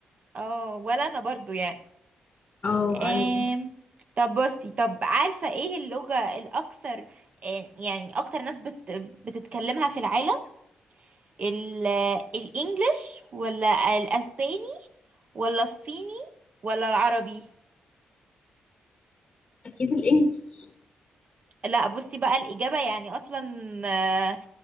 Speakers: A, on the right; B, on the left.
A: اه ولا انا برضو يعني
B: اه
A: آم...
B: ايوه
A: طب بصي طب عارفة ايه اللغة الاكثر آه، يعني اكتر ناس بت... بتتكلمها في العالم ال الانجليش ولا الاسباني ولا الصيني ولا العربي
B: اكيد الانجليش
A: لا بصي بقى الاجابه يعني اصلا آه،